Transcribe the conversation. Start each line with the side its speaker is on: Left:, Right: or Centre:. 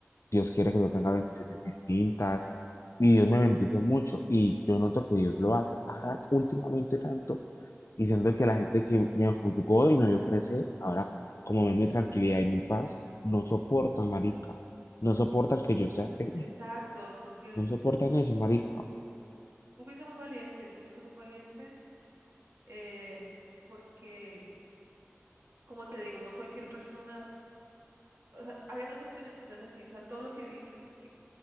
Left: Dios quiere que yo tenga bendiciones distintas. Y Dios me bendice mucho y yo noto que Dios lo hace ahora últimamente tanto Y siento que la gente que me juzgó y me vio crecer, ahora como ven mi tranquilidad y mi paz, no soportan, marica. No soportan que yo sea serio.
Right: exacto, porque
Left: No soportan eso,
Right: tú,
Left: marica.
Right: tú fuiste muy valiente, tú fuiste muy valiente, eh, porque, como te digo, no cualquier persona o sea, habían dos opciones quizás en ti, o sea, todo lo que viviste, porque